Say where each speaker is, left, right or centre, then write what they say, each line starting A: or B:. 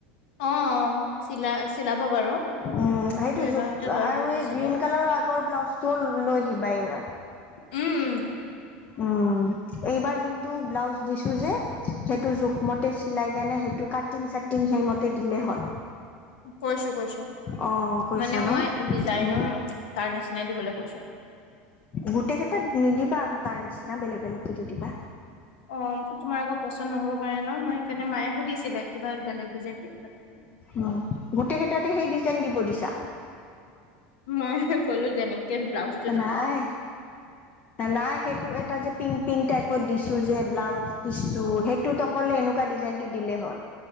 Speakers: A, on the left; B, on the left.
A: অ, অম চিলা চিলাব বাৰু।
B: উম, ' সেইটো
A: মইতো এবাৰতে
B: জোখ
A: লৈ
B: আৰু
A: আহিব কৈছিলো
B: এই গ্ৰীণ কালাৰৰ আগৰ ব্লাউজ টো লৈ আহিবা এইবাৰ।
A: উ উম।
B: উম, 'এইবাৰ যোনটো ব্লাউজ দিছো যে সেইটো, জোখমতে চিলাই কেনে সেইটো কাট টিং- ছাটিং সেই মতে দিলে হ'ল।
A: কৈছো- কৈছো
B: অ', কৈছা
A: মানে
B: ন?
A: মই, ডিজাইনো
B: উম,
A: তাৰ নিচিনাই দিবলে কৈছো।
B: গোটেই কেইটাত নিদিবা আকৌ তাৰ নিচিনা বেলেগ বেলেগকে দি দিবা।
A: অহ, 'তোমাৰ আকৌ পচন্দ নহব পাৰে ন ম'ই সেইকাৰনে মায়ে সুধিছিলে কিবা বেলেগ ডিজাইন দিব নে?
B: অ, 'গোটেই কেটাতে সে'ই ডিজাইন দিব দিছা।
A: ম'ইহ ক'লো যেনেকে ব্লাউছ
B: নাই। নাই সেইটো, এটা যে পিংক- পিংক টাইপত দিছো যে ব্লাউজ পিছটো সেইত টোত অকল এনেকোৱা ডিজাইন টো দিলে হ'ল